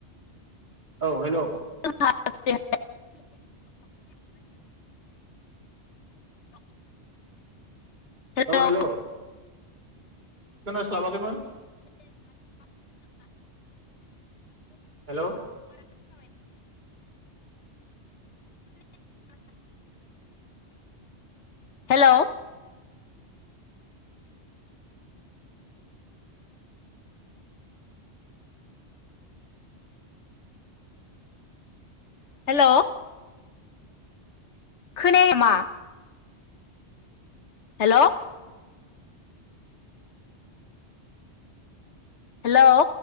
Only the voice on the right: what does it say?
औ हेल'
औ हेल' खोनास्लाबाखैमोन। हेल'